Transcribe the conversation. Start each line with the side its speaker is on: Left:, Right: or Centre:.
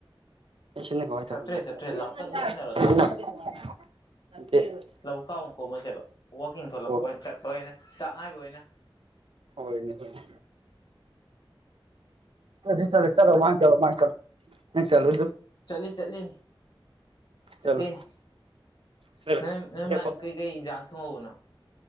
Right: <unintelligible>
Left: ꯆꯥꯇ꯭ꯔꯦꯠ ꯆꯥꯇ꯭ꯔꯦꯠ ꯂꯥꯞꯇꯛꯅ ꯏꯟꯅꯔꯣ ꯂꯕꯨꯛ ꯀꯥꯎ ꯀꯨꯝꯃꯨꯁꯦꯕ ꯋꯥꯛꯀꯤꯡ ꯊꯣꯛꯂꯛꯄ
Right: ꯑꯣ
Left: ꯑꯣꯏꯅ ꯆꯠꯄ ꯑꯣꯏꯅ ꯆꯥꯛ ꯉꯥꯏꯕ ꯑꯣꯏꯅ
Right: ꯍꯣꯏꯅꯦ ꯍꯣꯏꯅꯦ ꯑꯗꯨ ꯆꯂ ꯆꯂꯣ ꯃꯥꯡ ꯆꯠꯂꯣ ꯃꯥꯡ ꯆꯠꯂꯣ ꯅꯪ ꯆꯠꯂꯣ ꯗꯨ
Left: ꯆꯠꯂꯤ ꯆꯠꯂꯤ ꯆꯠꯂꯤꯅꯤ
Right: ꯆꯠꯂꯣ ꯆꯠꯂꯣ
Left: ꯅꯪ ꯅꯣꯏꯃ
Right: ꯂꯦꯞꯄꯣ
Left: <unintelligible> ꯀꯩ ꯏꯟꯖꯥꯡ ꯊꯨꯡꯍꯧꯕꯅꯣ